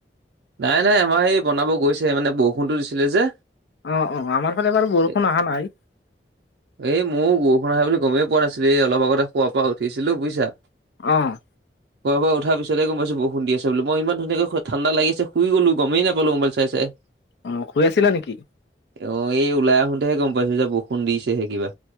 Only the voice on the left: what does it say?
অ', অ, আমাৰ ফালে বাৰু বৰষুণ
আহা নাই।
অ',
অ', শুই আছিলা নেকি?